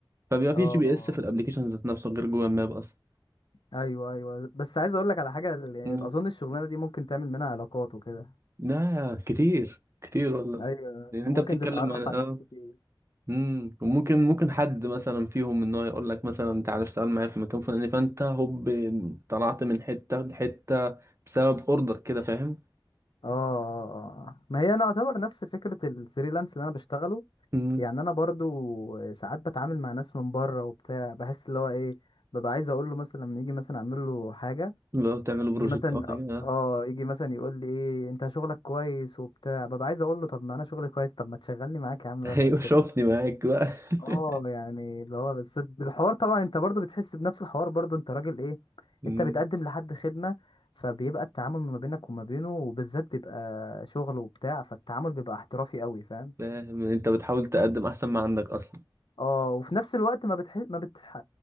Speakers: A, on the right (about 30°); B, on the left (about 65°).
A: فبيبقى
B: اه
A: في
B: اه
A: جي بي اس في الابليكيشن ذات نفسه غير جوجل ماب اصلا
B: ايوه ايوه بس عايز اقول لك على حاجه يعني
A: مم.
B: اظن الشغلانه دي ممكن تعمل منها علاقات وكده
A: لا كتير كتير والله
B: ايوه
A: لان
B: انت
A: انت
B: ممكن
A: بتتكلم
B: تتعرف
A: عن- اه
B: على ناس كتير
A: امم وممكن ممكن حد مثلا فيهم ان هو يقول لك مثلا تعالى اشتغل معايا في مكان فلاني فانت هوب طلعت من حته لحته بسبب اوردر كده فاهم
B: اه اه، اه. ما هي انا اعتبر نفس فكره الفريلانس اللي انا بشتغله
A: امم
B: يعني انا برضو ساعات بتعامل مع ناس من بره وبتاع بحس اللي هو ايه ببقى عايز اقول له مثلا لما يجي مثلا اعمل له حاجه
A: بقى بتعملوا
B: يجي
A: بروجكت
B: مثلا
A: او حاجه آه.
B: اه يجي مثلا يقول لي ايه انت شغلك كويس وبتاع ببقى عايز اقول له طب ما انا شغلي كويس طب ما تشغلني معاك يا عم
A: <laughs>
B: بقى في
A: ايوه
B: شركتك
A: شوفني معاك بقى <laughs>
B: اه يعني اللي هو بس الحوار طبعا انت برضو بتحس بنفس الحوار برضو انت راجل ايه
A: امم
B: انت بتقدم لحد خدمة فبيبقى التعامل ما بينك وما بينه وبالذات بيبقى شغل وبتاع فالتعامل بيبقى احترافي قوي فاهم
A: فاهم انت بتحاول تقدم احسن ما عندك اصلا
B: اه وفي نفس الوقت ما بتح ما بتح